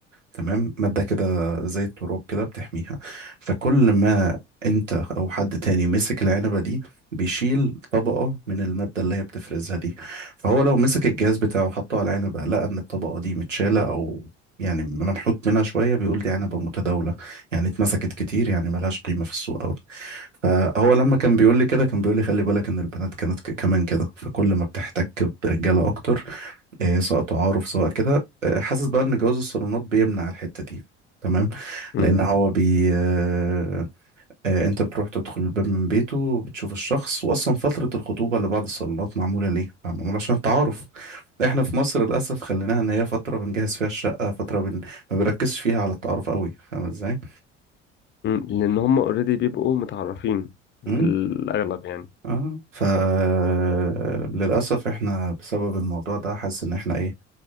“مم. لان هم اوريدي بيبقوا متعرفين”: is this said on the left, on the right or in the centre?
Left